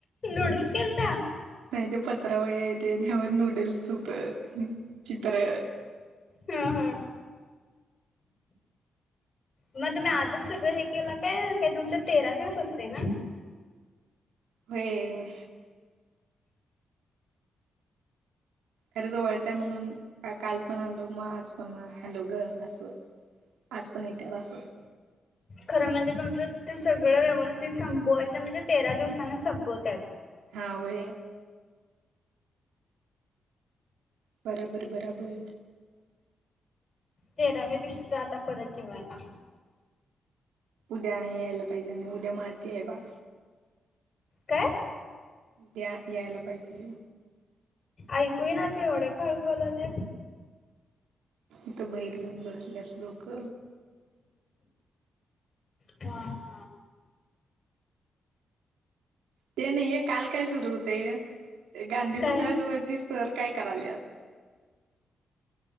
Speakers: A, on the left; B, on the right.
A: पडून केेलता
B: नाही ते पत्रावळी येत त्यावर नूडल्स होत चित्र
A: हा हा मग तुम्ही आजच सगळं हे केलं काय काही तुमच्या तेरा दिवस असते ना
B: होय खरे ज वळतंय म्हणून काल पण आलो मग आज पण आलो ग असं आज पण येत्याला असत
A: खरं म्हणजे तुमचं ते सगळं व्यवस्थित संपवायचं म्हणजे तेरा दिवसांना संपवतात
B: हा व बराबर बराबर
A: तेराव्या दिवशी जाता आता परत जेवायला
B: उद्या यायला पाहिजे आणि उद्या माती आहे बा
A: काय
B: त्या यायला पाहिजे
A: ऐकू ना तू एवढ्या हळू का बोललास
B: इथं बैर घेऊन बसल्यात लोक
A: ह
B: ते नाहीय काल काय सुरू होतय गांधीपुत्राज
A: काय
B: वरती सर काय कराले